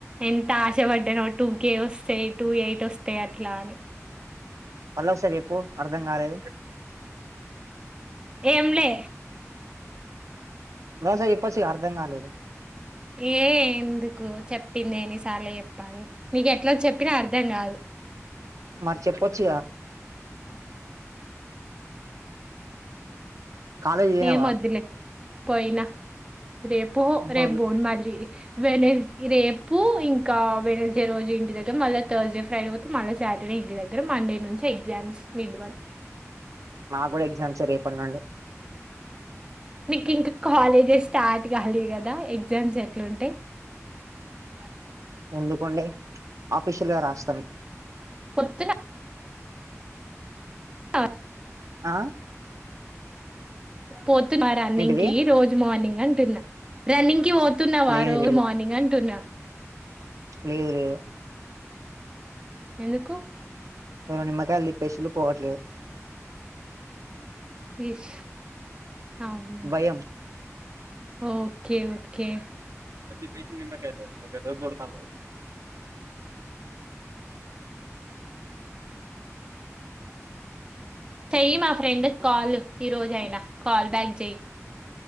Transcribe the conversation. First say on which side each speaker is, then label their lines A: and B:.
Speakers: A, on the right (about 20°); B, on the right (about 80°).
A: ఎంత ఆశ పడ్డానో టూ కే వస్తాయి టూ ఎయిట్ వస్తాయి అట్లా అని
B: మళ్ళ ఒకసారి ఎప్పు అర్ధం కాలేదు
A: ఏం లే
B: మాల్ ఓసారి చూపొచ్చు అర్ధం కాలే
A: ఏ ఎందుకు చెప్పింది అని సాలే చెప్పాలి నీకు ఎట్లా చెప్పినా అర్ధం కాదు
B: మరి చెపొచ్చుగా కాలేజ్ పోయినావా
A: ఏ మొద్దులే పోయిన రేపో రేప్
B: హోల్.
A: బోన్ మళ్ళీ వెనస్ రేపు ఇంకా వెనస్డే రోజు ఇంటి దగ్గర మళ్ళ థర్స్డే ఫ్రైడే వోత్ మళ్ళా సాటర్డే ఇంటి దగ్గర మండే నుంచి ఎగ్జామ్స్ మిడ్ వన్
B: మా కూడా ఎగ్జామ్స్ రేపటి నుండి
A: నీక్ ఇంక కాలేజెస్ స్టార్ట్ గాలే గదా ఎగ్జామ్స్ ఎట్లాంటయి అ
B: ఎందుకండి ఆఫీషియల్ గా రాస్తాను
A: కొతుగా స
B: ఆ
A: పోతున్నారాన్నికి
B: ఏంటిది
A: రోజు మార్నింగ్ అంటున్నా రన్నింగ్ కి పోతున్నావా
B: లేదు
A: రో
B: లేదు
A: మార్నింగ్ అంటున్నా
B: లేదు లేదు
A: ఎందుకు
B: ఎవ నిమ్మకాయల్లి పెసిలు పోవట్లేదు
A: ఇష్ అవునా
B: భయం
A: ఓకే ఓకే
B: ప్రతి పేస్ నిమ్మకాయి దడుతాను
A: చెయ్యి మా ఫ్రెండ్ కాల్ ఈ రోజ యినా కాల్ బ్యాక్ జేయ్